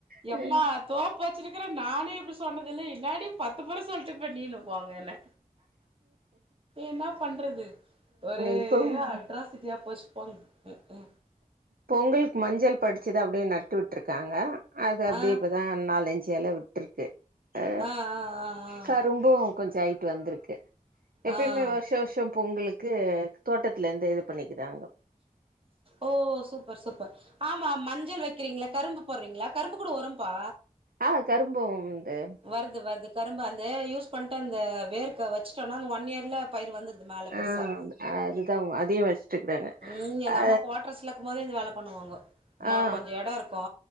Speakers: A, on the right (about 80°); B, on the right (about 40°).
A: ம்
B: எம்மா தோப்பு வச்சு க்ற நானே அப்டி சொன்னது இல்ல என்னாடி பத்து முற ஸ் சொல்ட்டு பண்ணிணு போங்கன்ன என்னா பண்றது ஒரே
A: இப்பவும்
B: ஒரே அட்ராசிட்டியா போ ரெஸ்பாங் எ ஏ
A: பொங்கலுக் மஞ்சள் படிச்சது அப்டியே நட்டு விட்ருக்காங்க அது அப்டியே
B: ஆ
A: இப்பதா நாலஞ்சு எல விட்ருக்கு அ
B: ஆ ஆ ஆ
A: கரும்பு கொஞ்ச ஐய்ட்டு வந்திருக்கு எப்பயுமே
B: ஆ
A: வருஷோ
B: ஆ
A: வருஷோ பொங்லுக்கு தோட்டத் லந்து இது பண்ணிக்குறாங்கோ
B: ஓ சூப் சூப்பர் சூப்பர் ஆமா மஞ்சள் வெக்றீங்கள கரும்பு போ போட்றீங்ளா கரும்பு கூட வரும்பா
A: ஆ கரும்பும் இது
B: வருது வருது கரும்பு அந்த யூஸ் பண்ட்டு அந்த வேர்க் வெச்சுடோனா அந்த ஒன் இயர்ல பயிர் வந்ருது மேல
A: ஆ
B: பெர்சா
A: அதுதான் அதையும் வச்சிட்டு இருக்கிறாங்க.
B: உம் எங்க
A: ஆ
B: அம்மா கோட்ரஸ்லக்கோ போதே இந்த வேல பண்ணுவாங்கோ இம்மா
A: அதுதா
B: கொஞ்சோ எடோ இருக்கோ